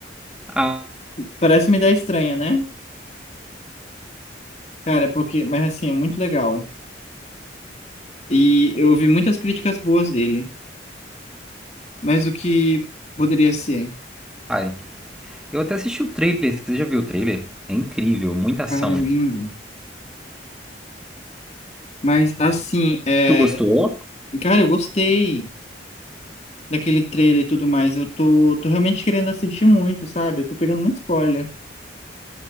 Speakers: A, in the centre; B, on the left.
A: Ah,
B: Parece uma ideia estranha, né? Cara, porque, mas assim, é muito legal. E eu ouvi muitas críticas boas dele. Mas o que poderia ser?
A: ai. Eu até assisti o trailer. Você já viu o trailer? É incrível, muita ação.
B: Cara, é lindo. Mas assim, é...
A: Tu gostou?
B: cara, eu gostei. daquele trailer e tudo mais. Eu tô, tô realmente querendo assistir muito, sabe? Eu tô pegando muito spoiler.